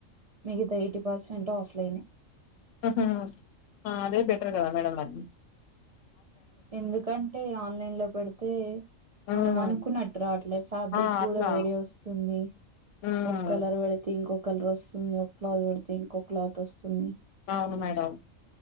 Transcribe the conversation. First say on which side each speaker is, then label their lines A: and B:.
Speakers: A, on the right; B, on the left.
A: ఇత ఎయిటీ పర్సెంట్ ఆఫ్లైనే
B: ఉహా, ఆ అదే బెటర్ కదా మేడం నాకి
A: ఎందుకంటే ఆన్లైన్ లో పెడితే,
B: హ్మ్.
A: మనం అనుకున్నట్టు రావట్లేదు ఫ్యాబ్రిక్
B: ఆ అట్లా
A: కూడా వేరే వస్తుంది.
B: హ్మ్.
A: ఒక కలర్ పెడితే ఇంకొ కలర్ వస్సుంది, ఒక క్లాత్ పెడితే ఇంకో క్లాత్ వస్తుంది.
B: అవును మేడం,